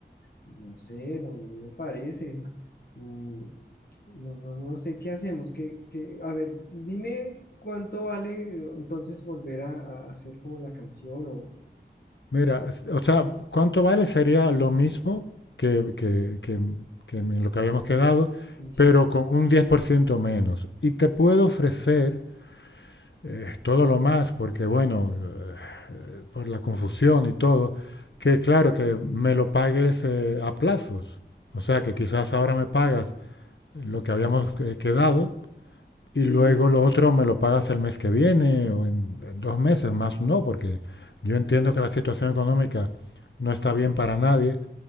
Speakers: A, on the left; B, on the left.
A: No sé, no, no me parece. Mm, No, no, no sé qué hacemos. ¿Qué, qué- A ver, dime cuánto vale eh, entonces volver a, a hacer como la canción o
B: Mira, s- o sea, ¿cuánto vale? Sería lo mismo que, que- que- que en lo que habíamos quedado,
A: ya.
B: pero con un 10% menos. Y te puedo ofrecer eh, todo lo más, porque bueno, eh, por la confusión y todo, que claro, que me lo pagues eh, a plazos. O sea, que quizás ahora me pagas lo que habíamos eh, quedado y
A: Sí.
B: luego lo otro me lo pagas el mes que viene o en, en dos meses más, no, porque yo entiendo que la situación económica no está bien para nadie,